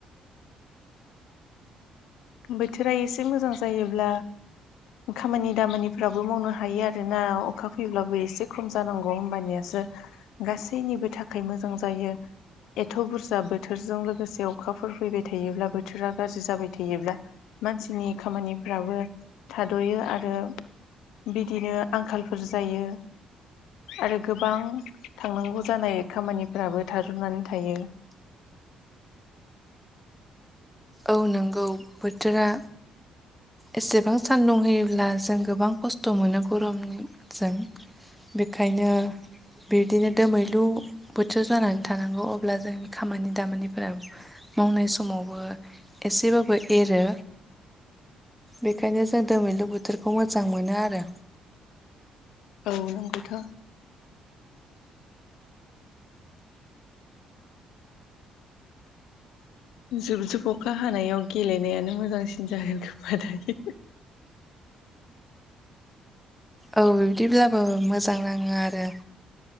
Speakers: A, on the left; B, in the centre.
A: बोथोरा एसे मोजां जायोब्ला खामानि दामानिफ्राबो मावनो हायो आरोना अखा फैब्लाबो एसे खम जानांगौ होमबानिया गासैनिबो थाखाय मोजां जायो। एथ' बुरजा बोथोरजों लोगोसे अखाफोर फैबाय थायोब्ला बोथोरा गाज्रि जाबाय थायोब्ला मानसिनि खामानिफ्राबो थाद'यो आरो बिदिनो आंखालफोर जायो। आरो गोबां थांनांगौ जानाय खामानिफोराबो थादननानै थायो। <inaudible>
B: औ नंगौ बोथोरा एसेबां सान्दुं होयोब्ला जों गोबां खस्थ' मोनो गरमजों। बेखायनो बिदिनो दोमैलु बोथोर जानानै थानांगौ अब्ला जोंनि खामानि दामानिफोरा मावनाय समावबो एसेबाबो एरो। बेखायनो जों दोमैलु बोथोरखौ मोजां मोनो आरो।
A: औ नंगौथ' जुबजुब अखा हानायाव गेलेनायानो मोजांसिन जागोन खोमा दायो।
B: औ बिबदिब्लाबो मोजां नाङो आरो।